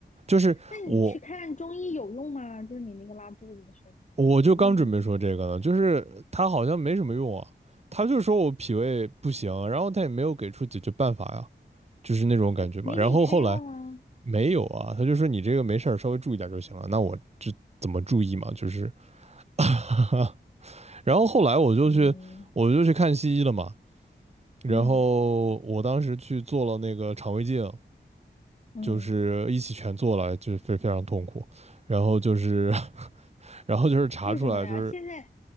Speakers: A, on the right; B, on the left.
A: 就是我
B: 那你去看中医有用吗？就是你那个拉肚子的事儿有用吗？
A: 我就刚准备说这个呢，就是他好像没什么用啊，他就说我脾胃不行，然后他也没有给出解决办法呀，就是那种感觉嘛。
B: 他没给你开药吗？
A: 然后后来没有啊，他就说你这个没事儿，稍微注意点就行了。那我就怎么注意嘛？就是 <laughs> 然后后来我就去我就去看西医了嘛，
B: 嗯
A: 然后我当时去做了那个肠胃镜，
B: 嗯嗯，
A: 就是一起全做了，就是非非常痛苦。然后就是然后就是查出来就是
B: 为什么呀？现在